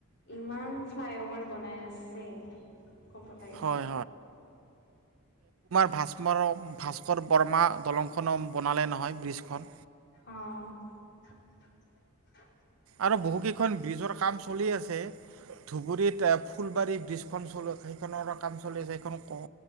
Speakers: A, on the left; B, on the right.
A: ইমান ফ্লাই অভাৰ বনাই আছে ক'ব লাগিব
B: হয়
A: আৰু।
B: ভাস্মৰক। ভাস্কৰ বৰ্মা দলংখনো বনালে নহয় ব্ৰীজখন।
A: অ', <inaudible>
B: আৰু বহু কেইখন ব্ৰিজৰ কাম চলি আছে। ধুবুৰীত ফুলবাৰী ব্ৰিজখন চল সেইখনৰ কাম চলিছে সেইখন ক